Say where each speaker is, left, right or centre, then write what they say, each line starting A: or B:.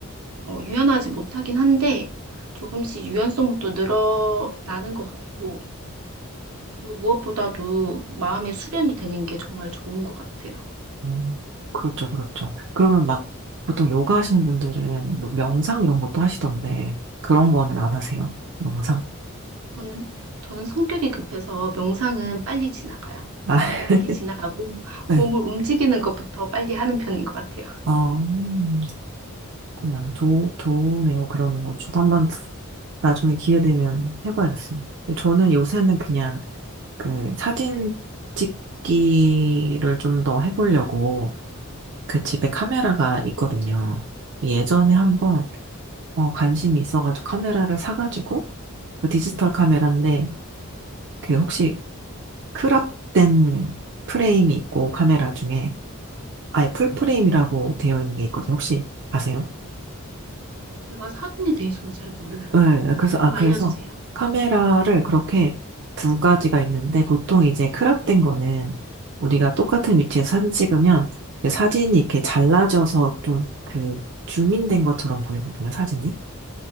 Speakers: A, on the right; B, on the right.
A: 어, 유연하지 못하긴 한데 조금씩 유연성도 늘어나는 것 같고 그리고 무엇보다도 마음의 수련이 되는 게 정말 좋은 것 같아요.
B: 음, 그렇죠, 그렇죠. 그러면 막 보통 요가 하시는 분들은 뭐 명상 이런 것도 하시던데 그런 거는 안 하세요? 명상?
A: 저는 저는 성격이 급해서 명상은 빨리 지나가요.
B: 아,
A: 빨리
B: <laughs>
A: 지나가고
B: 네.
A: 몸을 움직이는 것부터 빨리 하는 편인 것 같아요.
B: 어, 음, 그렇구나. 좋, 좋네요. 그러는 건 저도 한번 나중에 기회 되면 해봐야겠습니다. 저는 요새는 그냥 그 사진 찍기를 좀 더 해보려고 그 집에 카메라가 있거든요. 예전에 한번 어, 관심이 있어가지고 카메라를 사가지고 그 디지털 카메라인데 그 혹시 크롭된 프레임이 있고 카메라 중에 아예 풀
A: 네.
B: 프레임이라고 되어 있는 게 있거든요. 혹시 아세요?
A: 제가 사진에 대해서는 잘 몰라요.
B: 네, 그래서 아
A: 좀
B: 그래서
A: 알려주세요.
B: 카메라를 그렇게 두 가지가 있는데 보통 이제 크롭된 거는 우리가 똑같은 위치에서 사진 찍으면 그 사진이 이렇게 잘라져서 좀 그 줌인된 것처럼 보이거든요. 사진이.